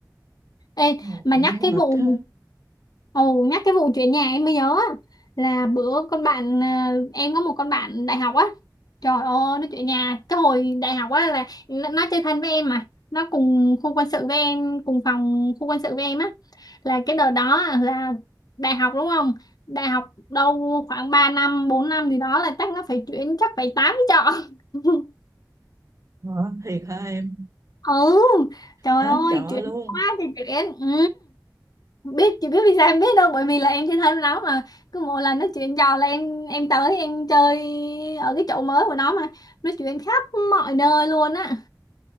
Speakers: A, on the left; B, on the right.
A: Ê,
B: Ờ,
A: mà
B: cũng
A: nhắc cái
B: mệt
A: vụ
B: ha
A: ồ nhắc cái vụ chuyển nhà em mới nhớ á, là bữa con bạn à, em có một con bạn đại học á trời ơi nó chuyển nhà cái hồi đại học á là nó nó chơi thân với em mà nó cùng khu quân sự với em cùng phòng khu quân sự với em á là cái đợt đó là đại học đúng không đại học đâu khoảng 3 năm 4 năm gì đó là chắc nó phải chuyển chắc phải tám trọ <laughs>
B: Hả? Thiệt hả em?
A: ừ trời
B: Tám
A: ơi
B: chợ
A: chuyển
B: luôn.
A: quá thì chuyển ừ biết chị biết vì sao em biết đâu bởi vì là em trên thân nó mà cứ mỗi lần nó chuyện trò là em em tới em chơi ở cái chỗ mới của nó mà nó chuyện khắp mọi nơi luôn á